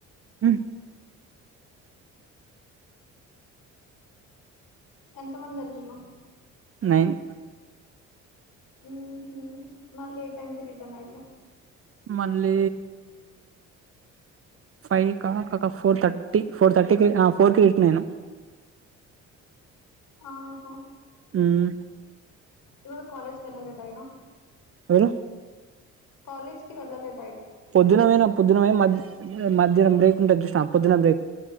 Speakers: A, on the right; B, on the left.
A: మ్
B: ఎంత మంది ఎళ్ళను
A: నైన్
B: మ్ హు మళ్ళీ ఏ టైమ్ తిరుతాను ఎళ్ళు
A: మళ్ళీ ఫైవ్క క క ఒక ఫోర్ థర్టీ ఫోర్ థర్టీకి ఆ ఫోర్కి నేను
B: ఆహా
A: మ్మ్
B: ఇవాళ కాలేజ్కి ఎళ్ళలేద ఇగ
A: వెళ్ళ
B: కాలేజ్కి వెళ్ళలేద
A: పొద్దున పోయిన పొద్దున పొయ్ మధ్ మధ్యాహ్నం బ్రేక్ ఉంటది చూసినవ పొద్దున బ్రేక్